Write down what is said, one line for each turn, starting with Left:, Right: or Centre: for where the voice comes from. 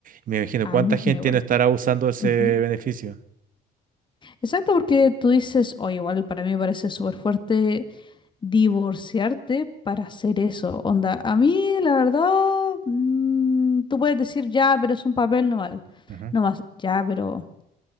Right: Me imagino
Left: A
Right: cuánta
Left: mí
Right: gente
Left: igual.
Right: no estará usando ese
Left: Ujú.
Right: beneficio.
Left: Exacto, porque tú dices, oye, igual para mí me parece súper fuerte divorciarte para hacer eso. Onda, a mí la verdad, mm, tú puedes decir, ya, pero es un papel no mal.
Right: Ujú,
Left: No más, ya, pero